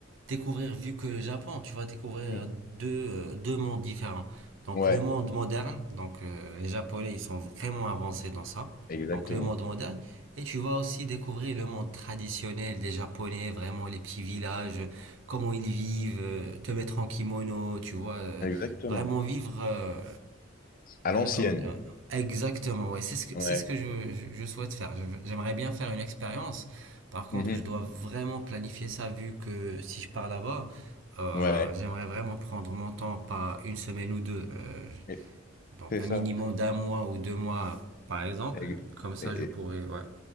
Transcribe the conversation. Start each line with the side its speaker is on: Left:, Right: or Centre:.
Right: découvrir, vu que le Japon, tu vas découvrir
Left: Mm.
Right: deux, euh, deux mondes différents. Donc
Left: Ouais,
Right: le monde moderne, donc euh, les Japonais, ils sont vraiment avancés dans ça.
Left: exactement.
Right: Donc le monde moderne, et tu vas aussi découvrir le monde traditionnel des Japonais, vraiment les petits villages, comment ils vivent, euh, te mettre en kimono, tu vois, euh,
Left: Exactement.
Right: vraiment vivre euh,
Left: À
Right: euh,
Left: l'ancienne.
Right: comment dire? ouais. Exactement, ouais. C'est ce que,
Left: Ouais.
Right: c'est ce que je, je, je souhaite faire. Je J'aimerais bien faire une expérience. Par contre,
Left: Mhm.
Right: je dois vraiment planifier ça vu que si je pars là-bas, euh,
Left: Ouais.
Right: j'aimerais vraiment prendre mon temps, pas une semaine ou deux. euh,
Left: Et-
Right: donc
Left: C'est
Right: un
Left: ça.
Right: minimum d'un mois ou deux mois, par exemple.
Left: Et-
Right: Comme ça,
Left: et-
Right: je pourrais, ouais.